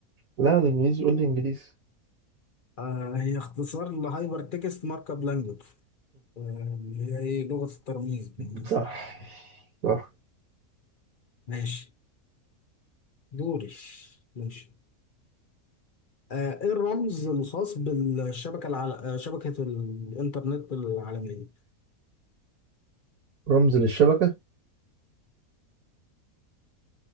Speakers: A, on the right (about 80°); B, on the left (about 50°).
A: لا الانجليزي قول لي انجليزي
B: آه هي اختصار لهايبر تكست مارك اب لانجوج اللي هي ايه لغة الترميز بالمناسبة
A: <laughs> صح صح
B: ماشي دوري ماشي آه ايه الرمز الخاص بالشبكة العل... آه شبكة الانترنت العالمية
A: رمز للشبكه